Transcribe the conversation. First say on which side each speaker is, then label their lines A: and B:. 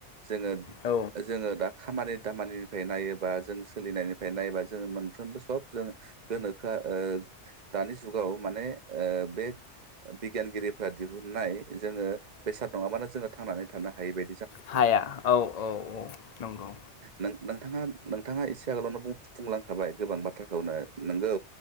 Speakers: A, on the right; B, on the left.
A: जोङो
B: औ
A: जोङो दा खामानि दामानिनिफाय नायोबा जों सोलिनायनिफाय नायोबा जोङो मोनफ्रोमबो सब जों गोनोखोआ ओ दानि जुगाव माने ओ बे बिगियानगिरिफोरा दिहुनाय जोङो बेसाद नङाबानो जोङो थांनानै थानो हायै बाय
B: हाया औ औ औ नंगौ
A: नों नोंथाङा नोंथाङा एसे आगोलावनो बुं-बुंलांखाबाय गोबां बा खौनो नोंगौ